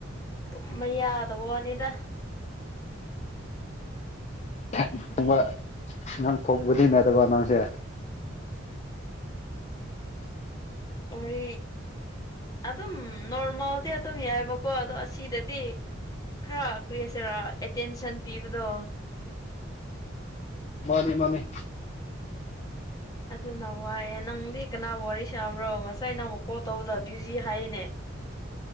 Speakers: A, on the left; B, on the left.
A: ꯇꯨꯝꯕꯥ ꯌꯥꯗꯕꯥ ꯋꯥꯅꯤꯗ
B: ꯊꯣꯡꯕ ꯅꯪ ꯊꯣꯡꯕꯗꯤ ꯅꯗꯕ ꯅꯪꯁꯦ
A: ꯍꯔꯤ ꯑꯗꯨ ꯑꯗꯨꯝ ꯅꯣꯔꯃꯜꯗꯤ ꯑꯗꯨꯝ ꯌꯥꯏꯕ ꯀꯣ ꯑꯗꯣ ꯑꯁꯤꯗꯗꯤ ꯈꯔ ꯀꯔꯤꯁꯤꯔ ꯑꯦꯇꯦꯟꯁꯟ ꯄꯤꯕꯗꯣ
B: ꯃꯥꯅꯤ ꯃꯥꯅꯤ
A: ꯑꯗꯨꯅ ꯋꯥꯏꯑꯦ ꯅꯪꯗꯤ ꯀꯅꯥꯕꯨ ꯋꯥꯔꯤ ꯁꯥꯕ꯭ꯔꯣ ꯉꯁꯥꯏ ꯅ ꯑꯃꯨꯛ ꯀꯣꯜ ꯇꯧꯕꯗ ꯕ꯭ꯌꯨꯖꯤ ꯍꯥꯏꯌꯦꯅꯦ